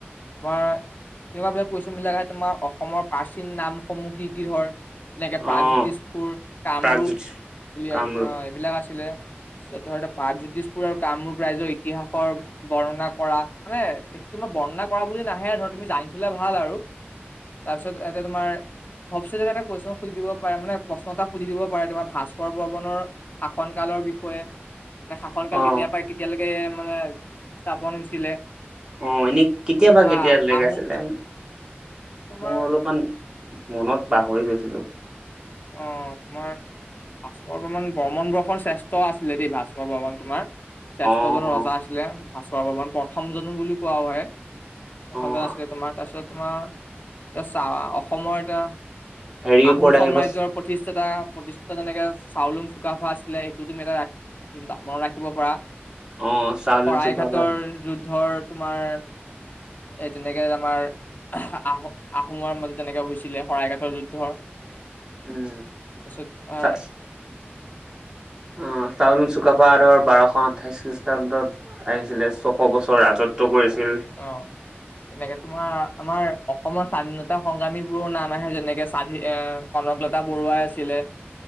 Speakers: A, on the left (about 45°); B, on the right (about 20°).
A: <unintelligible> কুৱেশ্যন বিলাক আহে তোমাৰ অসমৰ প্ৰাচীন নামসমূহ কি কি হয়। তেনেকে প্ৰাগজ্যোতিষপুৰ,
B: অঁ
A: কামৰূপ
B: প্ৰাগজ্যোতিষ
A: বুলি
B: কামৰূপ
A: এইবিলাক আছিলে। <unintelligible> প্ৰাগজ্যোতিষপুৰ আৰু কামৰূপ ৰাইজৰ ইতিহাসৰ বৰ্ণনা কৰা, মানে এইটো তোমাৰ বৰ্ণনা কৰা বুলি নাহে ধৰ তুমি জানি থ'লে ভাল আৰু। তাৰপিছত এতে তোমাৰ <unintelligible> এটা কুৱেশ্যন সুধি দিব পাৰে মানে প্ৰশ্ন এটা সুধি দিব পাৰে তোমাৰ ভাস্কৰ বৰ্মনৰ শাসন কালৰ বিষয়ে, মানে শাসনকাল
B: অঁ
A: কেতিয়া পাই কেতিয়ালৈকে মানে স্থাপন হৈছিলে তোমাৰ
B: অঁ এনেই কেতিয়াবা
A: কিন্তু
B: কেতিয়া লগাইছিলে
A: আহোম তোমাৰ
B: মোৰ অলপমান মনত পাহৰি গৈছিলো।
A: অ', মই ভাস্কৰ বৰ্মণ বৰ্মণ বংশৰ শ্ৰেষ্ঠ আছিলে দেই ভাস্কৰৰ বৰ্মণ তোমাৰ। শ্ৰেষ্ঠ
B: অঁ
A: জন ৰজা
B: অঁ
A: আছিলে ভাস্কৰ বৰ্মন প্ৰথম জনো বুলি কোৱা হয়। প্ৰথমে
B: অঁ
A: আছিলে তোমাৰ তাৰপিছত তোমাৰ, এ চা অসমৰ এটা
B: হেৰিৰ
A: আহোম
B: ওপৰত
A: সম্ৰাজ্যৰ
B: আহিব
A: প্ৰতিষ্ঠাতা প্ৰতিষ্ঠা যেনেকে চাউলুং চুকাফা আছিলে সেইটো তুমি এটা ৰা <unintelligible> মৰত ৰাখিব পাৰা,
B: অঁ চাউলুং
A: শৰাই
B: চুকাফা
A: ঘাটৰ যুদ্ধৰ তোমাৰ এ তেনেকে আমাৰ আহ আহোম আহোমৰ মাজত তেনেকে হৈছিলে শৰাইঘাটৰ যুদ্ধৰ
B: উম
A: তাৰপিছত তোমাৰ
B: চা
A: <inaudible>
B: অ', চাউলুং চুকাফা আধৰ বাৰশ আঠাইশ খ্ৰীষ্টাব্দত আহিছিলে ছশ বছৰ ৰাজত্ব কৰিছিল।
A: অ'। তেনেকে তোমাৰ আমাৰ অসমৰ স্বাধীনতা সংগ্ৰামী বোৰৰ নাম আহে যেনেকে স্বাধী অ'। কনকলতা বৰুৱাই আছিলে,